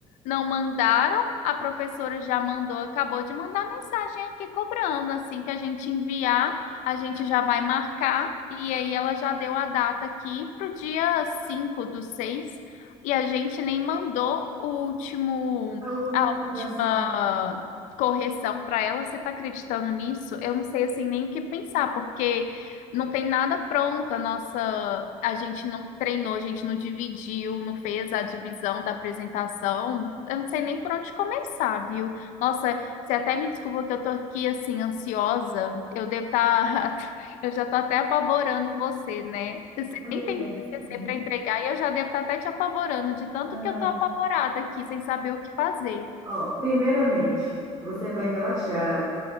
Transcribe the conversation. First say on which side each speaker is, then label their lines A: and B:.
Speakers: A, on the left (about 75°); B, on the right (about 25°).
A: não mandaram. A professora já mandou, acabou de mandar mensagem aqui cobrando. Assim que a gente enviar, a gente já vai marcar. E aí ela já deu a data aqui para o dia 5 do 6. E a gente nem mandou o último,
B: A última
A: a
B: validação,
A: última correção para ela. Você está acreditando nisso? Eu não sei assim nem o que pensar, porque não tem nada pronto. A nossa, a gente não treinou, a gente não dividiu, não fez a divisão da apresentação. Eu não sei nem por onde começar, viu? Nossa, você até me desculpa que eu tô aqui assim ansiosa. Eu devo estar, <laughs> eu já tô até apavorando você, né? Você
B: amiga.
A: nem tem
B: <laughs>
A: TCC para entregar e eu já devo estar até te apavorando, de tanto
B: Não.
A: que eu estou apavorada aqui, sem saber o que fazer.
B: Ó, primeiramente, você vai relaxar,